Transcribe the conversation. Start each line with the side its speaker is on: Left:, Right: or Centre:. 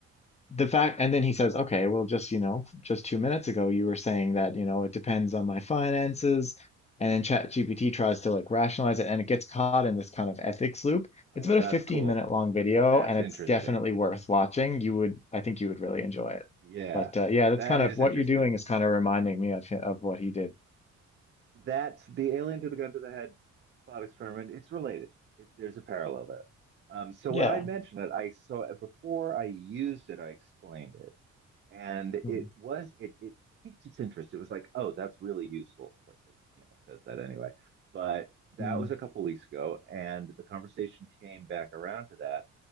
Left: the fact and then he says okay well just you know just two minutes ago you were saying that you know it depends on my finances and then chat gpt tries to like rationalize it and it gets caught in this kind of ethics loop
Right: Oh,
Left: it's about
Right: that's
Left: a 15
Right: cool.
Left: minute long video
Right: That's
Left: and
Right: interesting.
Left: it's definitely worth watching you would i think you would really enjoy it
Right: Yeah,
Left: but uh, yeah that's
Right: that
Left: kind
Right: is
Left: of what
Right: interesting.
Left: you're doing is kind of reminding me of hi- of what he did
Right: That's the alien to the gun to the head thought experiment, it's related. It, there's a parallel there. Um, so
Left: yeah
Right: when I mentioned it, I so before I used it, I explained it, and
Left: mm
Right: it was it it piqued its interest. It was like, oh, that's really useful. Of course, it, you know, it says that anyway. But that
Left: mm
Right: was a couple of weeks ago, and the conversation came back around to that,